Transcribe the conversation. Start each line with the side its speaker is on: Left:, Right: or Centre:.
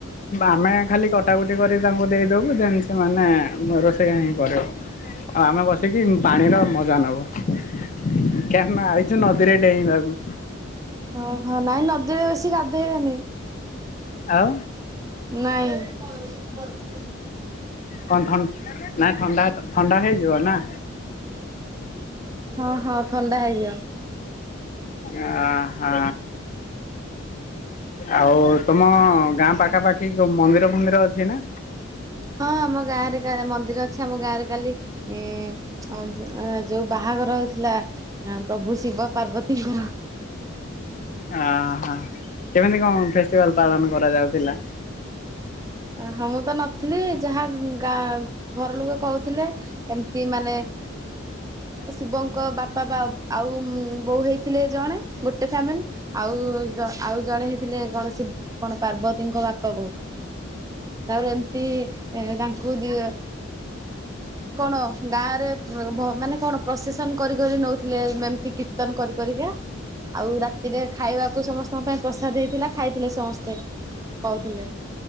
Left: ଆମେ ଖାଲି କଟାକଟି କରି ତାଙ୍କୁ ଦେଇଦେବୁ ଦେନ୍ ସେମାନେ ରୋଷେଇ ହିଁ କରିବ। ଆଉ ଆମେ ବସିକି ପାଣିର ମ ଜା ନେବୁ, <unintelligible> ଆଇଛୁ ନଦୀରେ ଡେଇଁବାକୁ।
Right: ଓହୋ ନାଇଁ ନଦୀରେ ବେଶୀ ଗାଧୋଇବେନି।
Left: ଆଉ।
Right: ନାଇଁ।
Left: କଣ ଥ ନାଇ ଥଣ୍ଡା ଥଣ୍ଡା ହେଇଯିବ ନା।
Right: ହଁ ହଁ ଥଣ୍ଡା ହେଇଯିବ।
Left: ଓ ହୋ। ଆଉ ତମ ଗାଁ ପାଖା ପାଖି ମନ୍ଦିର ଫନ୍ଦିର ଅଛି ନା?
Right: ହଁ ଆମ ଗାଁରେ ମନ୍ଦିର ଅଛି ଆମ ଗାଁରେ କାଲି ଅ ଯୋଉ ବାହାଘର ହଉଥିଲା ପ୍ରଭୁ ଶିବ ପାର୍ବତୀଙ୍କର।
Left: ଓହୋ କେମିତି କଣ ଫେଷ୍ଟିଭାଲ ପାଳନ କରାଯାଉଥିଲା?
Right: ଓହୋ ମୁଁ ତ ନ ଥିଲି ଯାହା ଗାଁ ଘର ଲୋକ କହୁଥିଲେ ଏମତି ମାନେ ଶିବଙ୍କ ବାପା ବା ଆଉ ବୋଉ ହେଇଥିଲେ ଜଣେ ଗୋଟେ ଫ୍ୟାମିଲି। ଆଉ ଆଉ ଜଣେ ହେଇଥିଲେ କଣ ଶି କଣ ପାର୍ବତୀଙ୍କ ବାପା ବୋଉ। ତାପରେ ଏମତି ତାଙ୍କୁ ଦିଅ କଣ ଗାଁରେ ମାନେ କଣ ପ୍ରସେସନ କରି କରି ନଉଥିଲେ ଏମତି କୀର୍ତ୍ତନ କରି କରିକା। ଆଉ ରାତିରେ ଖାଇବାକୁ ସମସ୍ତଙ୍କ ପାଇଁ ପ୍ରସାଦ ହେଇଥିଲା, ଖାଇଥିଲେ ସମସ୍ତେ କହୁଥିଲେ।